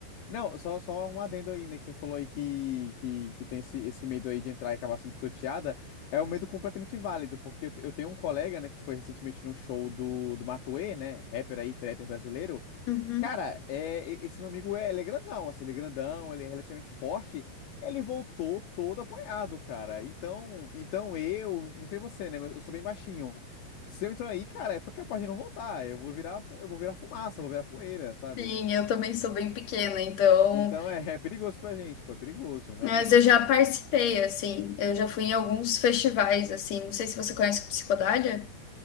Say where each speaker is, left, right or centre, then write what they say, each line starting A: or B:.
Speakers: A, on the left; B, on the left.
A: Não, só, só um adendo aí, né? Que você falou aí que, que, que tem esse, esse medo aí de entrar e acabar sendo pisoteada. É um medo completamente válido, porque eu, eu tenho um colega, né, que foi recentemente no show do, do Matuê, né? Rapper aí, trapper brasileiro.
B: Uhum.
A: Cara, é, e- esse meu amigo, é, ele é grandão, assim, ele é grandão, ele é relativamente forte. Ele voltou todo apanhado, cara. Então, então eu, não sei você, né? mas Eu sou bem baixinho. Se eu entrar aí, cara, é capaz de não voltar. Eu vou virar, pu- eu vou virar fumaça, eu vou virar poeira, sabe?
B: Sim, eu também sou bem pequena, então,
A: Então é, é perigoso pra gente, pô, é perigoso, realmente.
B: mas eu já participei, assim, eu já fui em alguns festivais, assim, não sei se você conhece Psicodália.